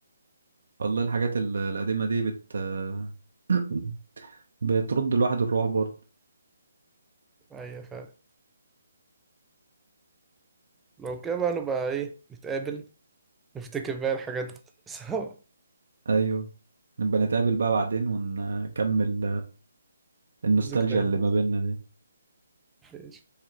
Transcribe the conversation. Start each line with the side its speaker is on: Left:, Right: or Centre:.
Right: والله الحاجات ال- القديمة دي بت <coughs> <clears throat> بترد الواحد الروح برضه
Centre: ايوه فعلا لو كده بقى نبقى ايه نتقابل نفتكر بقى الحاجات سوا
Right: ايوه نبقى نتقابل بقى بعدين ونكمل النوستالجيا
Centre: ذكريات
Right: اللي ما بيننا دي
Centre: ماشي.